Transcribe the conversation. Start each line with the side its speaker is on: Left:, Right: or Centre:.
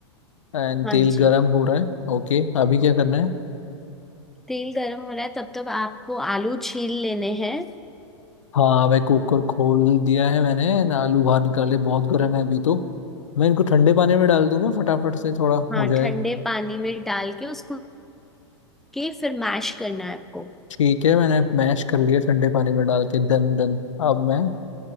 Left: एंड
Centre: हाँ
Left: तेल गरम
Centre: जी
Left: हो रहा है ओके अभी क्या करना है
Centre: तेल गरम हो रहा है तब तब आपको आलू छील लेने हैं
Left: हाँ मैं कुकर खोल दिया है मैंने ना आलू बाहर निकाले बहुत गर्म है अभी तो मैं इनको ठंडे पानी में डाल दूंगा फटाफट से थोड़ा
Centre: हाँ
Left: हो जाए
Centre: ठंडे पानी में डाल के उसको के फिर मैश करना है आपको
Left: ठीक है मैंने मैश कर लिया ठंडे पानी में डाल के दन दन अब मैं